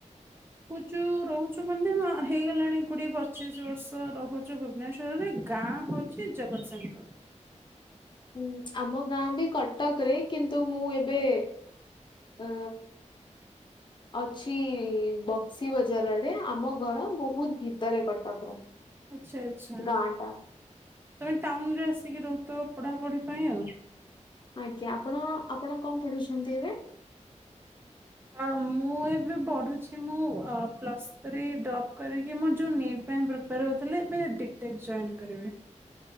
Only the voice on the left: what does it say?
ହୁଁ ଆମ ଗାଁ ବି କଟକ ରେ କିନ୍ତୁ ମୁଁ ଏବେ ଅ ଅଛି ବକ୍ସି ବଜାର ଆଡ଼େ ଆମ ଘର ବହୁତ ଭିତରେ କଟକର।
ଗାଁ ଟା।
ଆଜ୍ଞା ଆପଣ ଆପଣ କଣ ପଢୁଛନ୍ତି ଏବେ?